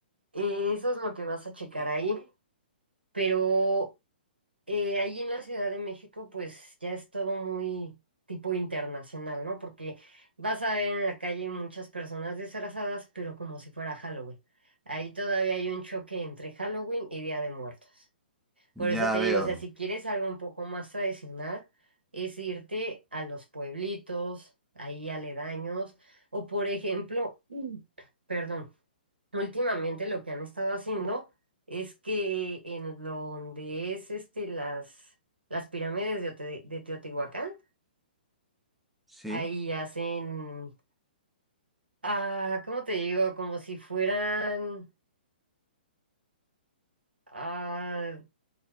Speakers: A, on the right (about 85°); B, in the centre.
A: eh, eso es lo que vas a checar ahí. Pero eh, ahí en la Ciudad de México, pues ya es todo muy tipo internacional, ¿no? Porque vas a ver en la calle muchas personas disfrazadas, pero como si fuera Halloween. Ahí todavía hay un choque entre Halloween y Día de Muertos. Por
B: ya
A: eso te digo,
B: veo,
A: o sea, si quieres algo un poco más tradicional, es irte a los pueblitos, ahí aledaños, o por ejemplo, <clears throat> Mm. perdón. Últimamente lo que han estado haciendo es que en donde es este las, las pirámides de, Ote- de Teotihuacán,
B: sí.
A: ahí hacen, ah, ¿cómo te digo? Como si fueran, ah,